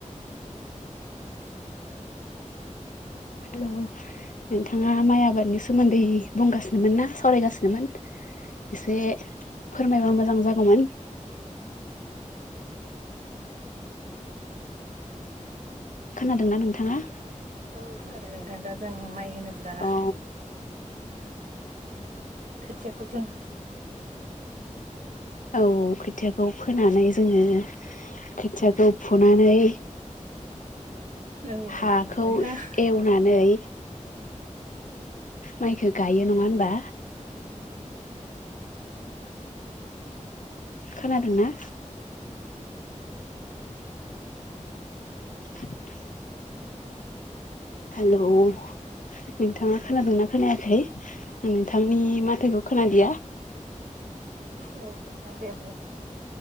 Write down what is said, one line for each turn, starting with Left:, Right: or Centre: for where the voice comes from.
Left: हेल' नोंथाङा माइ आबादनि सोमोन्दै बुंगासिनोमोन ना सावरायगासिनोमोन? एसे फोरमायबा मोजां जागौमोन? खोनादोंना नोंथाङा?
Right: औथ' आरो नोंथां दा जों माइ होनोब्ला
Left: औ
Right: खोथियाखौ जों
Left: औ खोथियाखौ फोनानै जोङो खोथियाखौ फुनानै
Right: औ
Left: हाखौ
Right: नोंथां नोंथाङा
Left: एवनानै माइखो गायो नङा होनबा? खोनादोंना? <inaudible> हेल' नोंथाङा खोनादोंना खोनायाखै नोंथांनि माथोखौ खोनादिया?
Right: औ नोंथां दे बुं।